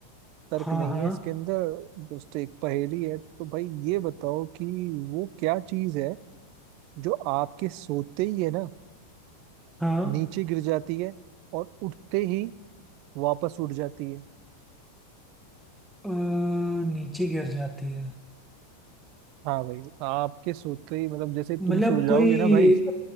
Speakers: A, on the right (about 55°); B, in the centre.
A: तर्क
B: हाँ
A: नहीं
B: हाँ
A: है इसके अंदर जस्ट एक पहेली है तो भाई ये बताओ कि वो क्या चीज है जो आपके सोते ही है ना
B: हाँ
A: नीचे गिर जाती है और उठते ही वापस उठ जाती है
B: अ, नीचे गिर जाती है
A: हाँ भाई आपके सोते ही मतलब जैसे तुम
B: मतलब
A: सो जाओगे
B: कोई
A: ना भाई